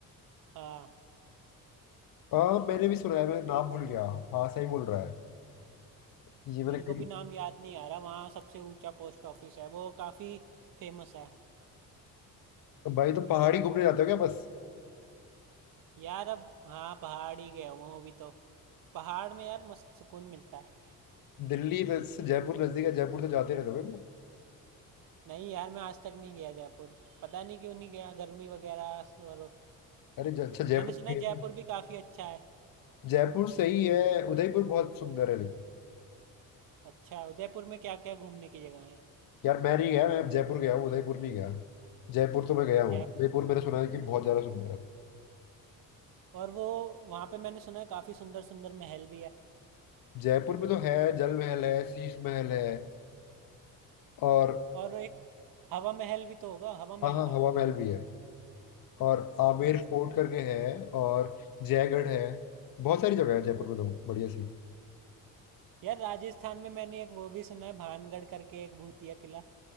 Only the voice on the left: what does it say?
हाँ मैंने भी सुना है मैं नाम भूल गया हाँ सही बोल रहा है ये मैंने
कहीं
तो भाई तो पहाड़ी घूमने जाते हो क्या बस
दिल्ली में से जयपुर नजदीक है जयपुर तो जाते रहते हो क्या?
अरे ज- अच्छा जयपुर
भी
है क्या?
जयपुर सही है उदयपुर बहुत सुंदर है लेकिन
यार मैं नहीं गया मैं जयपुर गया हूँ उदयपुर नहीं गया जयपुर तो मैं गया हूँ
उदयपुर मैंने सुना है कि बहुत ज्यादा सुंदर है
जयपुर में तो है जल महल है शीश महल है और
हाँ हाँ
हवा
महल भी है और
आमेर फोर्ट करके है और जयगढ़ है बहुत सारी जगह है जयपुर में तो बढ़िया सी